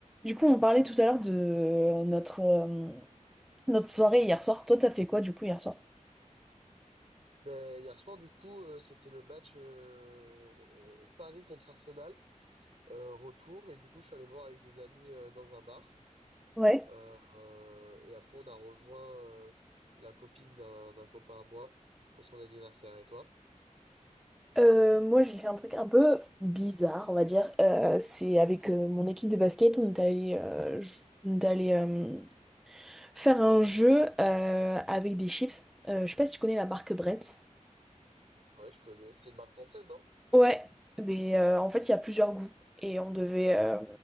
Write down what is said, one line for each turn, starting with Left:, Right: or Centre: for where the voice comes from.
Centre: Du coup, on parlait tout à l'heure de euh, notre, euh, notre soirée hier soir. Toi, t'as fait quoi du coup hier soir?
Right: Ben, hier soir, du coup, euh, c'était le match euh, euh, Paris contre Arsenal, euh, retour, et du coup, je suis allé le voir avec des amis euh, dans un bar.
Centre: Ouais.
Right: Euh, euh, et après, on a rejoint euh, la copine d'un d'un copain à moi pour son anniversaire. Et toi?
Centre: Euh, moi, j'ai fait un truc un peu bizarre, on va dire. Euh, c'est avec euh, mon équipe de basket, on est allé, euh, j- on est allé euh, faire un jeu euh, avec des chips. Euh, je sais pas si tu connais la marque Bretz.
Right: Ouais, je connais. C'est une marque française, non?
Centre: Ouais, mais euh, en fait, il y a plusieurs goûts. Et on devait. euh,